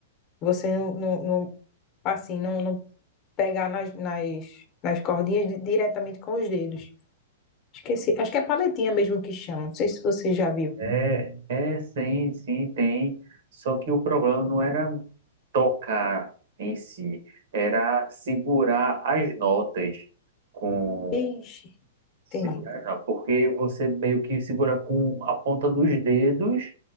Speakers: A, on the left; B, on the right.
A: você não, não, não- assim, não, não pegar nas, nas, nas cordinhas di- diretamente com os dedos. Esqueci. Acho que é paletinha mesmo que chama. Não sei se você já viu.
B: É, é, sim, sim, tem. Só que o problema não era tocar em si, era segurar as notas com
A: Ixi,
B: Segura
A: entendi.
B: não, porque você meio que segura com a ponta dos dedos.